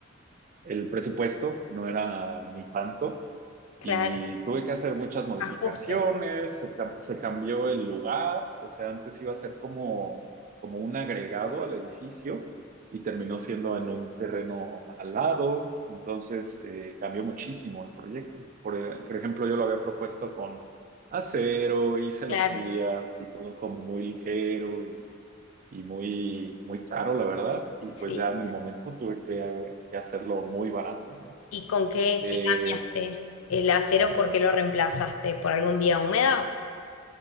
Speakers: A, on the right (about 40°); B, on the left (about 80°).
A: el presupuesto no era ni tanto
B: Claro,
A: y tuve que hacer muchas modificaciones,
B: ajustes,
A: se, ca- se cambió el lugar, o sea, antes iba a ser como, como un agregado al edificio y terminó siendo en un terreno al lado, entonces eh, cambió muchísimo el proyecto. Por, e- por ejemplo, yo lo había propuesto con acero, hice
B: claro,
A: los guías y todo como muy ligero y, y muy, muy caro, la verdad, y
B: sí.
A: pues ya en el momento tuve que, que hacerlo muy barato, ¿no?
B: ¿Y con qué,
A: Eh,
B: qué cambiaste el acero? ¿Por qué lo reemplazaste? ¿Por algún vía húmeda?